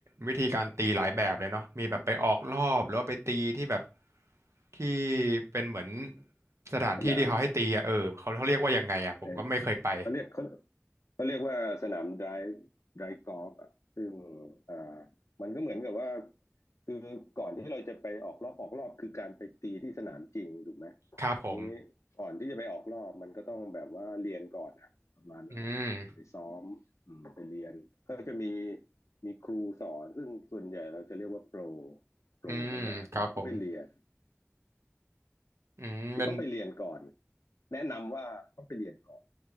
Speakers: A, on the right (about 65°); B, on the left (about 75°).
A: วิธีการตีหลายแบบเลยเนาะมีแบบไปออกรอบหรือว่าไปตีที่แบบที่เป็นเหมือนสถานที่ที่เขาให้ตีอ่ะเออเขาเขาเรียกว่ายังไงอ่ะผมก็ไม่เคยไป
B: สนามเออเขาเรียกเขาเขาเรียกว่าสนามไดร์ไดร์กอล์ฟอ่ะซึ่งอ่ามันก็เหมือนกับว่าคือก่อนที่เราจะไปออกรอบออกรอบคือการไปตีที่สนามจริงถูกไหม
A: ครับผม
B: ทีนี้ก่อนที่จะไปออกรอบมันก็ต้องแบบว่าเรียนก่อนอะประมาณว่าไปซ้อม
A: อืม
B: ไปเรียนก็จะมีมีครูสอนซึ่งส่วนใหญ่เราจะเรียกว่าโปรโปรก็จะเราก็ไปเรียน
A: อืมครับผมอืมเป็น
B: คือต้องไปเรียนก่อนแนะนำว่าต้องไปเรียนก่อน